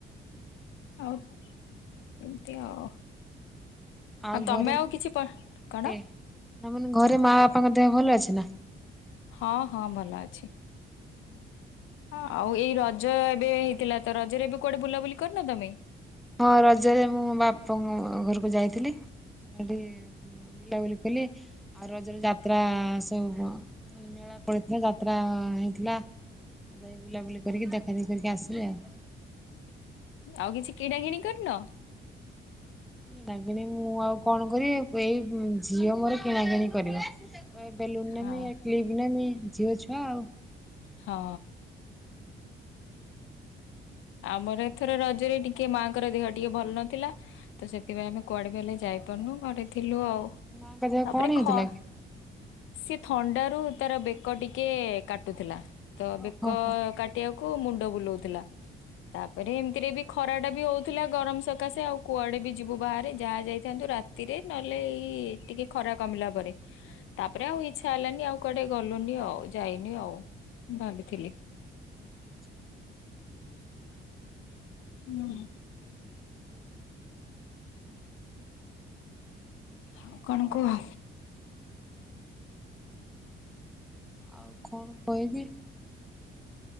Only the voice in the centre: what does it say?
ଆଉ
ଘରେ
ଏ ନା ମାନେ ଘରେ ମାଆ ବାପାଙ୍କ ଦେହ ଭଲ ଅଛି ନା?
ହଁ ରଜରେ ମୁଁ ବାପ-ଅ ଘରକୁ ଯାଇଥିଲି ସେଠି <inaudible> ବୁଲାବୁଲି କଲି ଆଉ ରଜରେ ଯାତ୍ରା-ଆ-ଆ ସବୁ କଣ ମେଳା ପଳେଇଥିଲା ଯାତ୍ରା-ଆ-ଆ-ଆ ହେଇଥିଲା ଯାଇ ବୁଲାବୁଲି କରିକି ଦେଖାଦେଖି କରିକି ଆସିଲି ଆଉ।
କିଣାକିଣି ମୁଁ ଆଉ କଣ କରିବି ଏଇ ଝିଅ ମୋର କିଣାକିଣି କରିବ। କହି <inaudible> ବେଲୁନ୍
ନେମି କ୍ଲିବ୍ ନେମି ଝିଅ ଛୁଆ ଆଉ।
ମାଙ୍କ ଦେହ
କଣ ହେଇଥିଲା
କି?
ଓହୋ ହୋ
ଆଚ୍ଛା।
ଆଉ କଣ କହିବି?